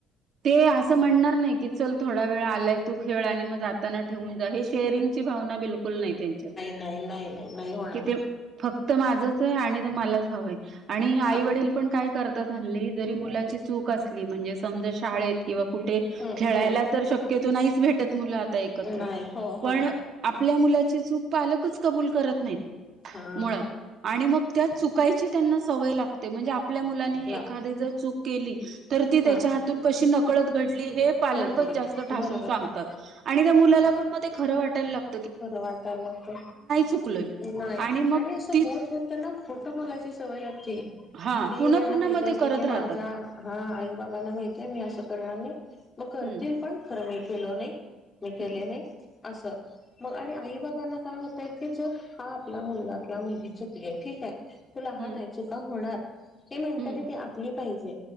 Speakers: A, on the right; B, on the left.
A: ते असं म्हणणार नाही की. चल थोडा वेळ आलाय तू खेळ आणि मग जाताना ठेवून जा हे शेअरिंग. बिकुल नाही त्यांच्यात
B: नाही नाही नाही नाही होणार
A: की ते फक्त. त माझच आहे आणि मलाच हवं आहे. आणि आई
B: हा
A: वडील पण काय. करतात. हल्ली जरी मुलाची चूक असली म्हणजे समजा शाळेत किंवा कुठे
B: हम्म
A: खेळायला
B: हम्म
A: तर शक्यतो नाहीच भेटत मुलं आता एकत्र
B: नाही हो
A: पण
B: हो
A: आपल्या मु ची चूक पालकच कबुल करत नाही
B: हा
A: मुळात आणि मग. त्या चुकायची त्यांना सवय लागते. म्हणजे आपल्या मुलांनी
B: ला
A: एखादी जर चूक केली. तर ती त्याच्या
B: हा
A: हात नकळत घडली हे पालक
B: घडली
A: जातून ठासून
B: बरोबर
A: सांगतात
B: आहे
A: आणि. त्या मुला पण म ते खरं वाटयला लातं.
B: खरं वाटायलागत
A: चुकलोय
B: नाही.
A: मग
B: आणि असं
A: तीच
B: होत-होत त्यांना खोट बोलायची. सवय लागते.
A: हा
B: की
A: पुन्हा
B: त्यांना
A: पुन्हा
B: माहिती
A: मग
B: असते
A: ते करत
B: की
A: राहतात
B: माझा हा आई बाबांना माहिती. ते मी असं करणार नाही. मग करतील
A: हम्म
B: पण खरं मी केल नाही. मी केले
A: हम्म
B: नाही. असं मग आणि आई बाबांना. काय होतय की जर हा आपला मुलगा किंवा. मुलगी चुकली ठीक आहे. तो लहान
A: हम्म
B: हाय चुका होणार. हे मेंटलिटी
A: हम्म
B: आपली पाहिजे.